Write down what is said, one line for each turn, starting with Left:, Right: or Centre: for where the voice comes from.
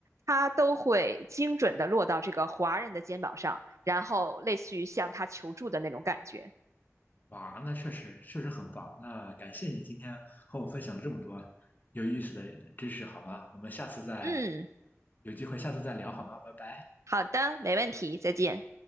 Right: 他都会精准的落到这个华人的肩膀上，然后类似于向他求助的那种感觉。
Left: 哇，那确实确实很棒。那感谢你今天和我分享了这么多有意思的知识，好吗？我们下次再
Right: 嗯，
Left: 有机会，下次再聊好吗？拜拜。
Right: 好的，没问题，再见。